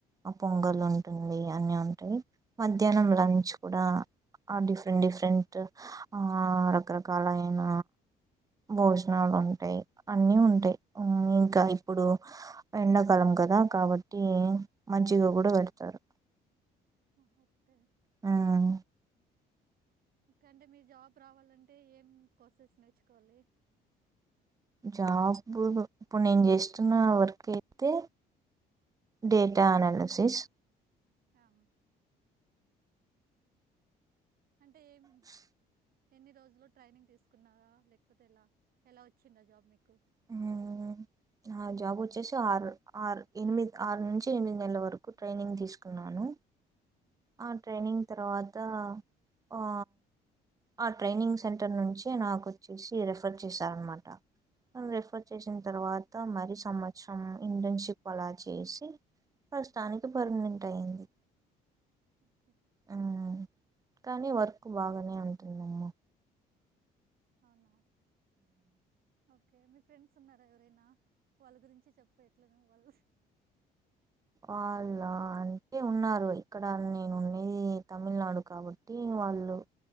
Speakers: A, on the right; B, on the right.
A: ఆ పొంగల్ ఉంటుంది అన్ని ఉంటాయి మధ్యాహ్నం లంచ్ కూడా ఆ డిఫరెంట్ డిఫరెంట్ ఆ రకరకాల అయిన భోజనాలు ఉంటాయి అన్నీ ఉంటాయి ఇంకా ఇప్పుడు ఎండాకాలం కదా కాబట్టి మంచిగ కూడా పెడతారు
B: ఆహా ఒకే
A: ఉమ్,
B: కంటే మీ జాబ్ రావాలంటే ఏం కోర్సెస్ నేర్చుకోవాలి
A: జాబు ఇప్పుడు నేను చేస్తున్న వర్క్ అయితే డేటా అనాలసిస్
B: అహ అంటే ఏం ఇన్ని రోజులు ట్రైనింగ్ తీసుకున్నారా లేకపోతే ఎలా ఎలా వచ్చింద జాబ్ మీకు
A: ఉమ్ న జాబ్ వచ్చేసి ఆరు ఆరు ఎనిమిది ఆరు నుంచి ఎనిమిది నెల్లు వరకు ట్రైనింగ్ తీసుకున్నాను ఆ ట్రైనింగ్ తరవాత ఆ ఆ ట్రైనింగ్ సెంటర్ నుంచి నాకొచ్చేసి రిఫర్ చేశారన్నమాట రిఫర్ చేసిన
B: ఓకే
A: తర్వాత మరి సంవత్సరం ఇంటెన్షిప్ అలా చేసి ప్రస్సుతానికి పర్నెంట్ అయింది.
B: ఓకే
A: ఉమ్ కానీ వర్క్ బాగానే ఉంటుందమ్మ
B: ఔనా ఓకే మీ ఫ్రెండ్స్ ఉన్నారా ఎవరైనా వాళ్ళ గురించి చెప్పెట్లనో వాళ్ళు
A: ఆల్లా అంటే ఉన్నారు ఇక్కడ నేను ఉంది తమిళనాడు కాబట్టి వాళ్ళు